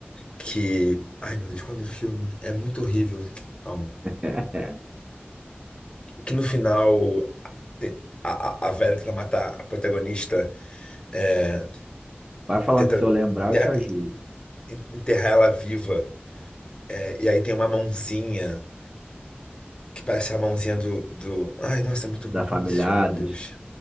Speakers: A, on the left; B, on the right.
A: que. Ai, meu Deus, qual é o nome do filme? É muito horrível. Calma.
B: <laughs>
A: Que no final. tem- A, a, a velha tenta matar a protagonista, é,
B: vai falando
A: tenta
B: que se eu lembrar,
A: enterra-
B: eu te ajudo.
A: enterrar ela viva. É, e aí tem uma mãozinha, que parece a mãozinha do, do... Ai, nossa, é muito
B: Da
A: ruim. Qual
B: família
A: é o nome desse filme, meu
B: Adams.
A: Deus?